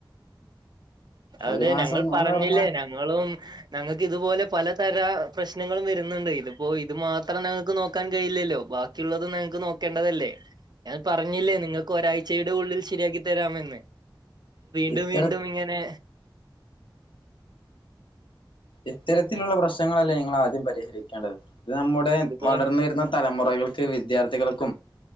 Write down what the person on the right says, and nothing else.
അത
ഞങ്ങൾ പറഞ്ഞില്ലേ
ഞങ്ങളും ഞങ്ങൾക്ക് ഇതുപോലെ പലതര പ്രശ്നങ്ങളും വരുന്നുണ്ട് ഇതിപ്പോ ഇത് മാത്രം ഞങ്ങൾക്ക് നോക്കാൻ കഴിയില്ലല്ലോ ബാക്കി ക്കുന്നതും നിങ്ങൾക്ക് നോക്കേണ്ടതല്ലേ ഞാൻ പറഞ്ഞില്ലേ നിങ്ങൾക്ക് ഒരാഴ്ചയുടെ ഉള്ളിൽ ശരിയാക്കി തരാമെന്ന് വീണ്ടുംവീണ്ടും
ഇങ്ങനെ
ഇതുപോലെ